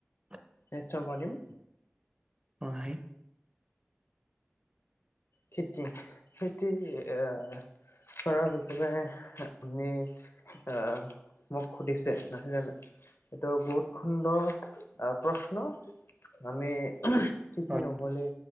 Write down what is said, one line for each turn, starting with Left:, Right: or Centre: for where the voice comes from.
Right: <unintelligible>
Left: নিশ্চয় পাৰিম।
Right: অ হাই।
Left: খেতি খেতি আ। চৰাৰ বিপাগে আপুনি আ মোক সুধিছে। <inaudible> এইটো বহুত সুন্দৰ প্ৰ্ছ ন আমি খেতি
Right: হয়
Left: নহ'লে